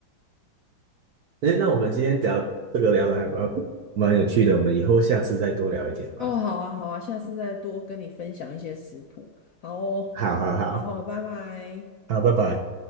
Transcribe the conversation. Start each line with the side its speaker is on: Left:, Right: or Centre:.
Right: 哎，那我们今天聊这个聊的还蛮蛮有趣的，我们以后下次再多聊一点吧。
Left: 哦，好啊，好啊，下次再多跟你分享一些食谱。好哦，
Right: 好好好，
Left: 好好，拜拜。
Right: 好，拜拜。